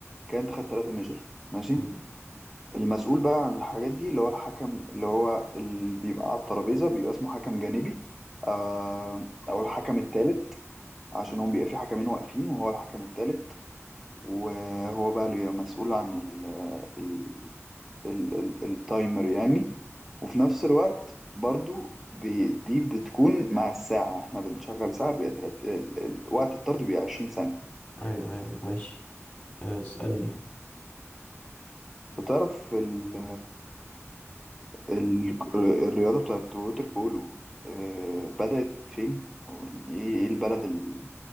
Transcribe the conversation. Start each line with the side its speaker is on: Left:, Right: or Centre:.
Centre: كان انت خدت تلاتة ميجر ماشي
Left: مم.
Centre: المسؤول بقى عن الحاجات دي اللي هو الحكم اللي هو اللي بيبقى على الترابيزه بيبقى اسمه حكم جانبي آه... او الحكم التالت عشان هم بيبقى في حكمين واقفين وهو الحكم التالت وهو بقى اللي بيبقى مسؤول عن ال... ال- ال- التايمر يعني وفي نفس الوقت برضو بي- دي بتكون مع الساعة احنا بنشغل ساعة بيبقى تلات- ال- ال- وقت الطرد بيبقى 20 ثانية
Left: أيوه أيوه ماشي أه، اسألني
Centre: وتعرف ال ال الرياضة بتاعت ووتر بولو آه، بدأت فين؟ أو يعني ايه إيه البلد ال-